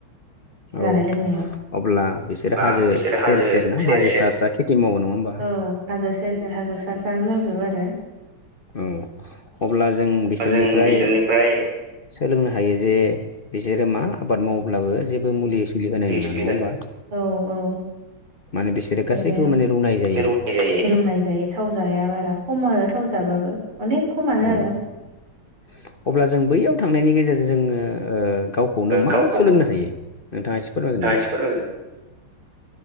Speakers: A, on the left; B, on the right.
A: <inaudible> औ
B: जानाय लोंनायाव
A: अब्ला बिसोरो
B: बा
A: हाजो
B: बिसोरो हाजो
A: सेर सेर ना हाजो
B: सेर
A: सा सा खेथि मावो नङा होमबा
B: औ हाजो ससे हाजो सा सानो मावजोबो आरो
A: औ अब्ला जों बिसोरनिफ्राय
B: जों बिसोरनिफ्राय
A: सोलोंनो हायो जे बिसोरो मा आबाद मावो अब्लाबो जेबो मुलि सुलि होनाय नङा
B: सोलिगोन
A: नङा होमबा
B: औ औ
A: माने बिसोरो
B: बेनो
A: गासैखौबो माने रुनाय जायो
B: रुनाय जायो थाव जाया बारा खम आरो थाव जाबाबो अनेक खमानो
A: और
B: आरो
A: अब्ला जों बैयाव थांनायनि गेजेरजों जोङो ओ गावखौनो मा
B: गावखौनो
A: सोलोंनो हायो। नोंथाङा एसे फोरमायगोन नामा?
B: एसे
A: <inaudible>
B: फोरमायगोन